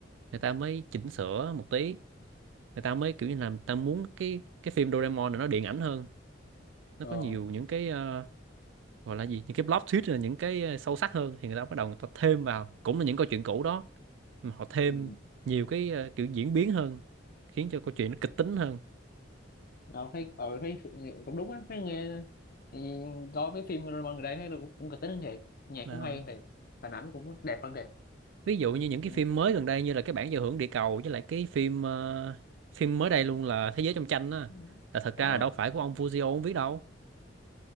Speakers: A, on the right; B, on the left.
A: người ta mới chỉnh sửa một tí người ta mới kiểu như là người ta muốn cái cái phim Doraemon này nó điện ảnh hơn nó
B: ờ
A: có nhiều những cái ờ, gọi là gì những cái plot twist là những cái ờ, sâu sắc hơn thì người ta bắt đầu người ta thêm vào cũng là những câu chuyện cũ đó mà họ thêm
B: ừ.
A: nhiều cái ờ, kiểu diễn biến hơn khiến cho câu chuyện nó kịch tính hơn
B: Ờ, thấy ờ thấy cũng đúng á thấy nghe thì coi mấy phim Real gần đây thấy là cũng, cũng kịch tính hơn thiệt nhạc
A: À,
B: cũng hay hơn thiệt hình ảnh cũng đẹp hơn thiệt
A: ví dụ như những cái
B: ừ.
A: phim mới gần đây như là cái bản giao hưởng địa cầu với lại cái phim ờ, phim mới đây luôn là thế giới trong tranh á
B: Ừ.
A: là thật
B: ờ
A: ra là đâu phải của ông Fujio ông viết đâu